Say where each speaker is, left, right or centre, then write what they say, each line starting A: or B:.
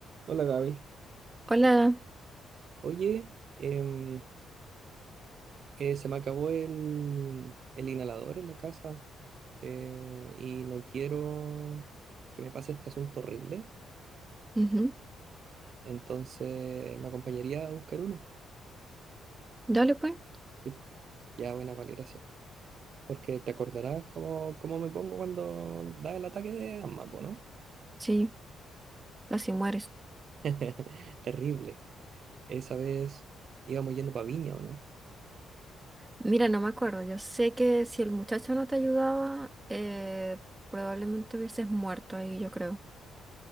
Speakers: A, on the right; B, on the right.
A: Hola Gaby.
B: Hola,
A: Oye, em, eh, se me acabó el, el inhalador en la casa eh, y no quiero que me pase este asunto horrible.
B: ujú,
A: Entonces, ¿me acompañaría a buscar uno?
B: Dale pues,
A: Tipo, ya, buena, vale, gracias. Porque te acordarás cómo, cómo me pongo cuando da el ataque de asma, po, ¿no?
B: sí, así mueres.
A: <laughs> Terrible. Esa vez íbamos yendo para Viña, ¿o no?
B: Mira, no me acuerdo, yo sé que si el muchacho no te ayudaba, eh, probablemente hubieses muerto ahí, yo creo.